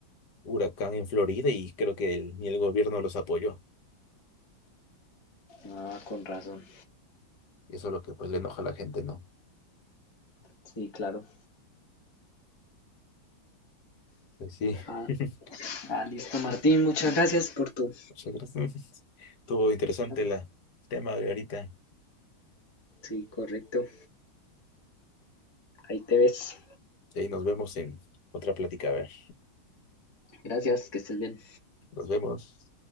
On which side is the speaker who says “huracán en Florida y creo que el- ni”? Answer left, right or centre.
Left